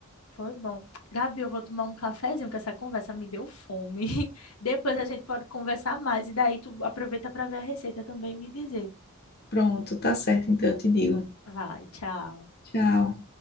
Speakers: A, on the left; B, on the left.
A: Foi bom. Gabi, eu vou tomar um cafezinho, que essa conversa me deu fome. <laughs> Depois a gente pode conversar mais e daí tu aproveita para ver a receita também e me dizer.
B: Pronto, tá certo, então eu te digo.
A: Vai, tchau.
B: Tchau.